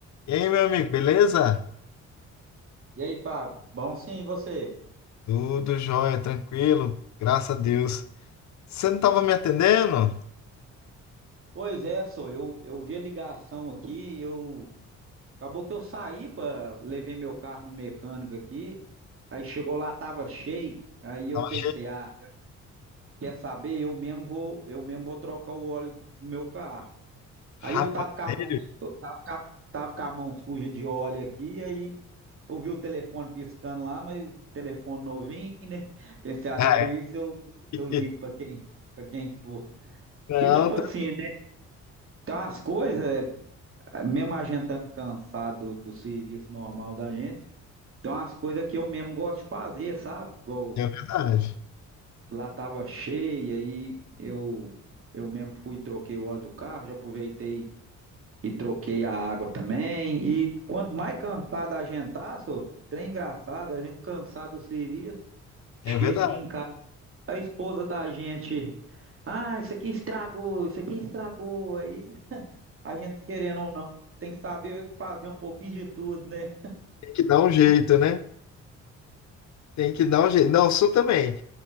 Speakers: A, on the left; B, on the right.
A: E aí, meu amigo, beleza?
B: E aí, Fábio? Bom, sim, e você?
A: Tudo jóia, tranquilo, graças a Deus. Você não tava me atendendo?
B: Pois é, sou eu, eu vi a ligação aqui, eu acabou que eu saí para levei meu carro no mecânico aqui, aí chegou lá tava cheio, aí eu
A: Tava...
B: pensei, ah, quer saber? Eu mesmo vou, eu mesmo vou trocar o óleo do meu carro.
A: Rapaz,
B: Aí eu tava com a
A: sério?
B: mão, eu tava, com a- tava com a mão suja de óleo aqui, aí eu vi o telefone piscando lá, mas o telefone novinho, né? <laughs> Pensei, ah,
A: Ah,
B: depois
A: é.
B: eu
A: <laughs>
B: eu ligo para quem, para quem que for.
A: Não,
B: Que tipo
A: tá-
B: assim, Então, as coisas, eh, mesmo a gente estando cansado do, do serviço normal da gente, então as coisas que eu mesmo gosto de fazer, sabe? Igual
A: é verdade.
B: lá tava cheia e eu, eu mesmo fui e troquei o óleo do carro, já aproveitei e troquei a água também. E quanto mais cansado a gente tá, só, trem engraçado, a gente cansado do serviço,
A: É
B: chega
A: verdade.
B: em casa, a esposa da gente, ah, isso aqui estragou, isso aqui estragou, aí A gente querendo ou não, tem que saber fazer um pouquinho de tudo, né?
A: Tem que dar um jeito, né? Tem que dar um jeito. Não, sou também.